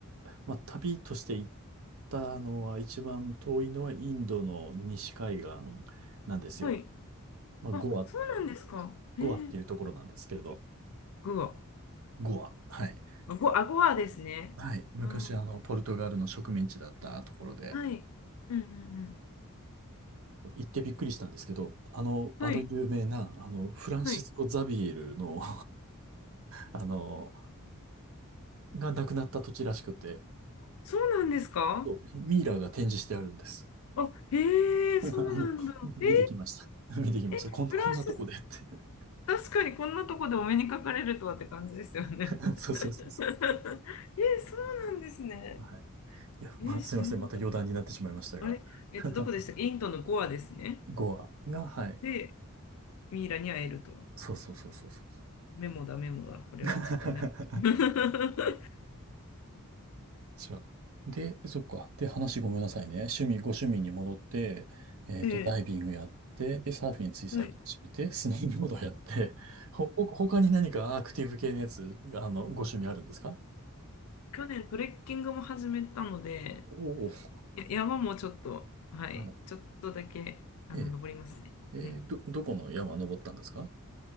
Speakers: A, on the right; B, on the left.
A: まあ旅として行ったのは一番遠いのはインドの西海岸なんですよ。
B: はい。
A: まあゴア、
B: あ、そうなんですか。えー、
A: ゴアっていうところなんですけれど、
B: グア。
A: ゴア。はい。
B: あご、あごはですね。
A: はい。昔あの、
B: あ、
A: ポルトガルの植民地だったところで、
B: はい。うんうん
A: 行ってびっくりしたんですけど、あの、あの有名な、
B: うん。はい。
A: あの、フランシスコ・
B: はい。
A: ザビエルの <laughs> あの、が亡くなった土地らしくて、
B: そうなんですか
A: そうミイラが展示してあるんです。
B: あ、へえ、
A: <laughs> あの、
B: そうなんだ。
A: 見てきました。
B: え
A: <laughs> 見てきました。
B: え、え、
A: こん、
B: フランシス、
A: こんなとこでって。
B: 確かにこんなとこでお目にかかれるとはって感じですよね。
A: <laughs>
B: <laughs>
A: そうそうそうそ
B: え、そうなんですね。
A: う。はい。いや、まあ、
B: え、知らなかった。
A: すいません。また余談になってしまいましたが。
B: あれ、えっと、
A: <laughs>
B: どこでしたっけインドのゴアですね。
A: ゴアが、はい。
B: で、ミイラに会えると。
A: そうそうそうそうそうそ
B: メモだ、メモだ。これはちょっとメモ。
A: う。
B: <laughs>
A: <laughs> そうで、そっか。で、話ごめんなさいね。趣味、ご趣味に戻って、えっと、
B: ええ、
A: ダイビングやって、で、サーフィンつい最近始めて、
B: はい。
A: スノーボードやって、ほ、ほ他に何かアクティブ系のやつ、あの、ご趣味あるんですか
B: 去年トレッキングも始めたので、
A: おおー。
B: や山もちょっと、はい、
A: はい。
B: ちょっとだけ、あの、
A: ええ。
B: 登りますね。
A: えー、
B: はい。
A: ど、どこの山登ったんですか